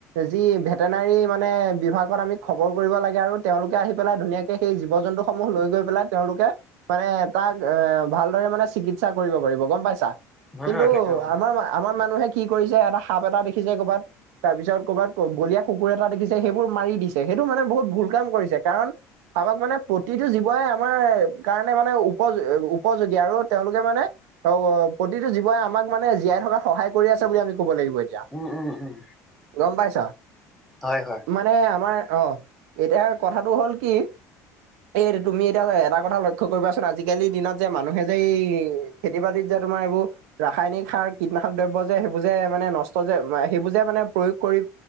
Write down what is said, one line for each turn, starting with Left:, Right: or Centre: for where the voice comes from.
Right: যি ভেটেনাৰী মানে বিভাগত আমি খবৰ কৰিব লাগে আৰু তেওঁলোকে আহি পেলাই ধুনীয়াকে সেই জীৱ-জন্তু সমূহ লৈ গৈ পেলাই তেওঁলোকে মানে তাক এ ভালদৰে মানে চিকি চিকিৎসা কৰিব পাৰিব গম পাইছা,
Centre: হয়,
Right: কিন্তু
Centre: হয়, তাকে অ',
Right: আমাৰ আমাৰ মানুহে কি কৰিছে এটা সাপ এটা দেখিছে কৰ'বাত। তাৰ পিছত ক'বাত বলীয়া কুকুৰ এটা দেখিছে সেইবোৰ মাৰি দিছে সেইটো মানে বহুত ভুল কাম কৰিছে। কাৰণ কাবাক মানে প্ৰতিটো জীৱই আমাৰ কাৰণে মানে উপযো উপযোগী আৰু তেওঁলোকে মানে ত প্ৰতিটো জীৱই আমাক মানে জীয়াই থকা সহায় কৰি আছে বুলি আমি কব লাগিব এতিয়া,
Centre: উম, উম, উম,
Right: গম পাইছ,
Centre: হয়, হয়।
Right: ম মানে আমাৰ অ এতিয়া কথাটো হ'ল কি? এই তুমি এতিয়া এটা কথা লক্ষ্য কৰিবাচোন আজিকালিৰ দিনত যে মানুহে যে এই খেতি বাতিত যে তোমাৰ এইবোৰ ৰাসায়নিক সাৰ কীটনাশক দ্ৰব্য যে সেইবো যে মানে নষ্ট যে সেইবো যে মানে প্ৰয়োগ কৰি